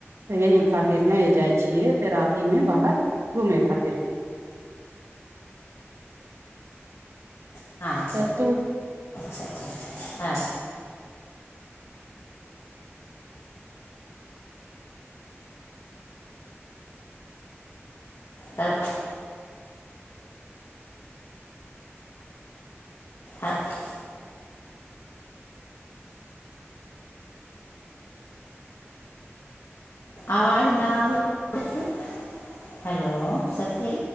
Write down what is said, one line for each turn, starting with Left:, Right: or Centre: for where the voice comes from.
Right: तऽ यही खातिर नहि जाइ छियै, तेराति मे बाहर घुमे खातिर
Left: कहाँ अच्छा
Right: तऽ तु
Left: <unintelligible> अच्छा। तब। आब। आवाज नहि आबै, हेलो, सखी।